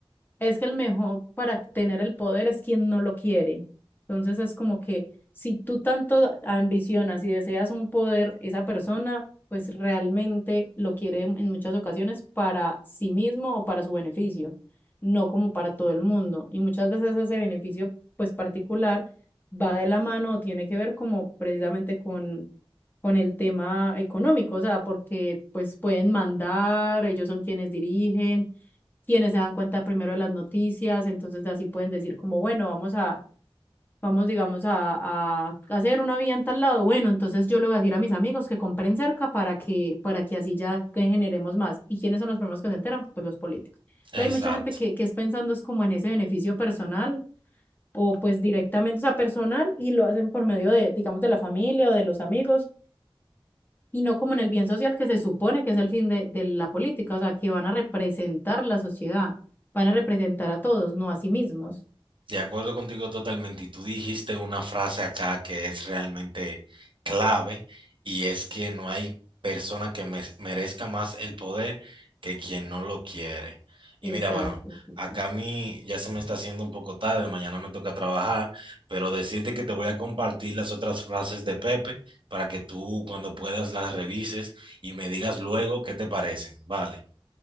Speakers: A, on the left; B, on the right.
A: Es que el mejor para tener el poder es quien no lo quiere. Entonces es como que si tú tanto ambicionas y deseas un poder, esa persona pues realmente lo quiere en en muchas ocasiones para sí mismo o para su beneficio, no como para todo el mundo. Y muchas veces ese beneficio pues particular va de la mano o tiene que ver como precisamente con con el tema económico, o sea, porque pues pueden mandar, ellos son quienes dirigen quienes se dan cuenta primero de las noticias, entonces así pueden decir como, bueno, vamos a, vamos, digamos, a, a hacer una vía en tal lado. Bueno, entonces yo le voy a decir a mis amigos que compren cerca para que, para que así ya generemos más. ¿Y quiénes son los primeros que se enteran? Pues los políticos. Entonces,
B: Sí, Exacto.
A: hay mucha gente que, que es pensando es como en ese beneficio personal o pues directamente, o sea, personal y lo hacen por medio de, digamos, de la familia o de los amigos y no como en el bien social que se supone que es el fin de, de la política, o sea, que van a representar la sociedad, van a representar a todos, no a sí mismos.
B: De acuerdo contigo totalmente. Y tú dijiste una frase acá que es realmente clave y es que no hay persona que me- merezca más el poder que quien no lo quiere. Y
A: Exacto.
B: mira, bueno,
A: sí,
B: acá
A: sí.
B: a mí ya se me está haciendo un poco tarde, mañana me toca trabajar, pero decirte que te voy a compartir las otras frases de Pepe para que tú cuando puedas las revises y me digas luego qué te parecen. Vale,